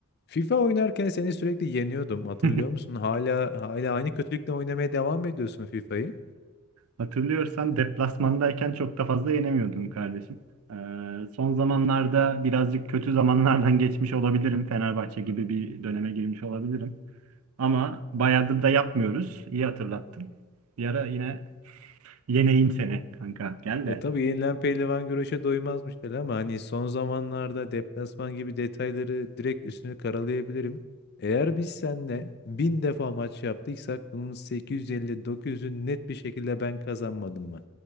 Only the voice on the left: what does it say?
FIFA oynarken seni sürekli yeniyordum. Hatırlıyor
musun? Hala hala aynı kötülükle oynamaya devam ediyorsun FIFA'yı.
Ya tabii yenilen pehlivan güreşe doymazmış der ama hani son zamanlarda deplasman gibi detayları direkt üstünü karalayabilirim. Eğer biz seninle bin defa maç yaptıysak bunun 850-900'ü net bir şekilde ben kazanmadım mı?